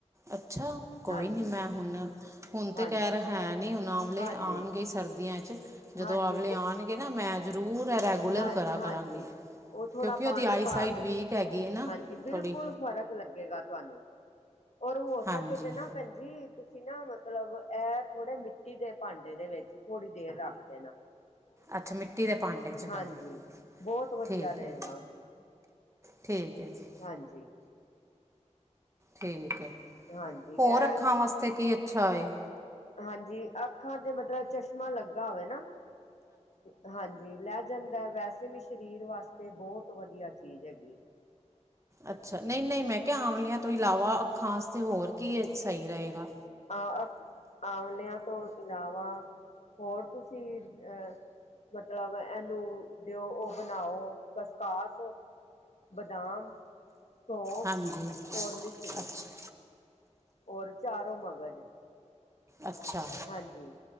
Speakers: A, on the right; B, on the left.
A: ਅੱਛਾ, ਕੋਈ
B: ਹਾਂਜੀ
A: ਨੀ ਮੈਂ ਹੁਣ - ਹੁਣ
B: ਹਾਂ
A: ਤੇ ਖੈਰ ਹੈ ਨੀ ਉਹਣਾ ਆਵਲੇ
B: ਹਾਂਜੀ
A: ਆਉਣਗੇ ਸਰਦੀਆਂ 'ਚ, ਜਦੋਂ
B: ਹਾਂਜੀ
A: ਆਵਲੇ ਆਉਣਗੇ ਨਾ ਮੈਂ ਜ਼ਰੂਰ ਹੈਗਾ, ਰੈਗੂਲਰ
B: ਹਾਂ
A: ਕਰਾ
B: ਹਾਂਜੀ
A: ਕਰਾਂਗੀ
B: ਉਹ ਥੋੜ੍ਹਾ
A: ਕਿਉਂਕਿ
B: ਪਾਣੀ
A: ਉਹਦੀ ਆਈਸਾਈਟ
B: ਪਾ ਕੇ,
A: ਵੀਕ ਹੈਗੀ ਹੈ ਨਾ
B: ਹਾਂਜੀ ਬਿਲਕੁਲ
A: ਥੋੜ੍ਹੀ
B: ਫਰਕ ਲੱਗੇਗਾ ਤਾਨੂੰ ਔਰ ਹੋ
A: ਹਾਂਜੀ
B: ਸਕੇ ਤੇ ਨਾ ਭੈਣਜੀ ਅਸੀ ਨਾ ਮਤਲਬ, ਐਹ ਥੋੜ੍ਹੇ ਮਿੱਟੀ ਦੇ ਭਾਂਡੇ ਦੇ ਵਿੱਚ ਥੋੜ੍ਹੀ ਦੇਰ ਰੱਖ ਦੇਨਾ
A: ਅੱਛਾ ਮਿੱਟੀ ਦੇ ਭਾਂਡੇ 'ਚ ਕਰਨਾ
B: ਹਾਂਜੀ, ਬਹੁਤ ਵਧੀਆ
A: ਠੀਕ
B: ਰਹੇਗਾ
A: ਹੈ
B: ਉਹਦੇ ਨਾਲ,
A: ਠੀਕ ਹੈ ਜੀ
B: ਹਾਂਜੀ
A: ਠੀਕ ਐ,
B: ਹਾਂਜੀ
A: ਹੋਰ
B: ਇਹ
A: ਅੱਖਾਂ ਵਾਸਤੇ ਕੀ ਅੱਛਾ ਆਏ
B: ਹਾਂਜੀ ਅੱਖਾਂ ਤੇ ਮਤਲਬ ਚਸ਼ਮਾ ਲੱਗਾ ਹੋਵੇ ਨਾ, ਅਹ ਹਾਂਜੀ ਵੀ ਲੈ ਜਾਂਦਾ, ਵੈਸੇ ਵੀ ਸਰੀਰ ਵਾਸਤੇ ਬਹੁਤ ਵਧੀਆ ਚੀਜ਼ ਹੈਗੀ ਏ
A: ਅੱਛਾ ਨਹੀਂ- ਨਹੀਂ, ਮੈਂ ਕਿਆ ਆਂਵਲਿਆਂ ਤੋਂ ਇਲਾਵਾ ਅੱਖਾਂ ਵਾਸਤੇ ਹੋਰ ਕੀ ਸਹੀ ਰਹੇਗਾ
B: ਆ -ਆ, ਆਵਲਿਆਂ ਤੋਂ ਇਲਾਵਾ ਹੋਰ ਤੁਸੀਂ ਅਹ ਮਤਲਬ ਐਹਨੂੰ ਦਿਓ, ਉਹ ਬਣਾਓ ਕਸਕਾਸ ਬਦਾਮ ਸੌਂਫ
A: ਹਾਂਜੀ
B: ਔਰ ਮਿਸ਼ਰੀ
A: ਅੱਛਾ
B: ਔਰ ਚਾਰੋਂ ਮਗਜ਼
A: ਅੱਛਾ
B: ਹਾਂਜੀ,